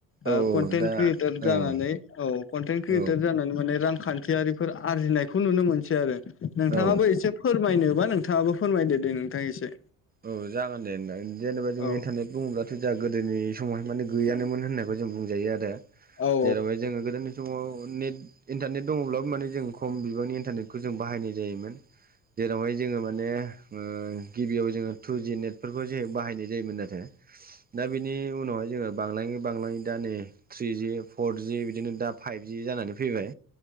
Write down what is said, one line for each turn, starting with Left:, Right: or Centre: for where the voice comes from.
Left: ओ
Right: औ
Left: कनटेन
Right: दा
Left: क्रियेटार
Right: ओं
Left: जानानै औ कनटेन्ट क्रियेटर
Right: औ
Left: जानानै माने रांखान्थियारिफोर आरजिनायखौ नुनो मोनसै आरो नोंथाङाबो
Right: औ
Left: एसे फोरमायनोबा नोंथाङाबो फोरमायदो दे नोंथां एसे
Right: औ जागोन दे नोंथां जेनेबा जोंङो
Left: औ
Right: इन्टारनेट बुङोब्ला जाहा गोदोनि समावहाय माने गैयानोमोन होननायखौ जों बुंजायो आरो
Left: औ
Right: जेरावहाय जोङो गोदोनि समाव नेट इन्टारनेट दङब्लाबो माने जों खम बिबांनि इन्टारनेटखौ जों बाहायनाय जायोमोन। जेरावहाय जोङो माने ओ गिबियाव जोङो टु जि नेटफोरखौ जे बाहायनाय जायोमोन नाथाय दा बेनि उनावहाय जोङो बांलायै बांलाङै दा नै थ्रिजि फरजि बिदिनो दा फाइभजि जानानै फैबाय